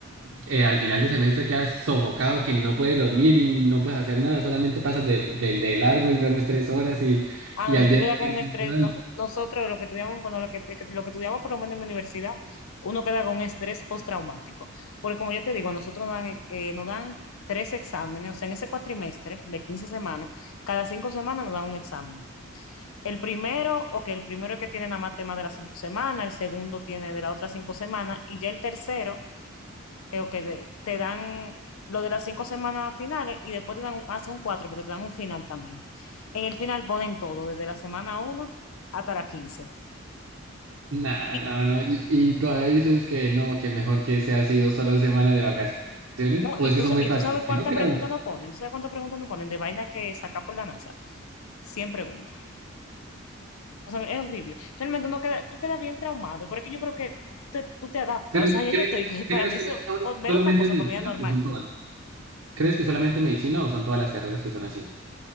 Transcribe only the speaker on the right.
eh, al final de semestre quedas sofocado, que no puedes dormir y no puedes hacer nada, solamente pasas de, de- de largo y duermes tres horas y,
y
al
día
siguiente
igual.
Nah,
no, no, y, y todavía dices que no, que mejor que sea sido solo semanas de vacaciones,
o
es
que son
muy
fáciles,
que no creo.
Pero
¿crees,
crees
que
la única-
solamente
medicina
o son todas? ¿Crees que solamente medicina o son todas las carreras que son así?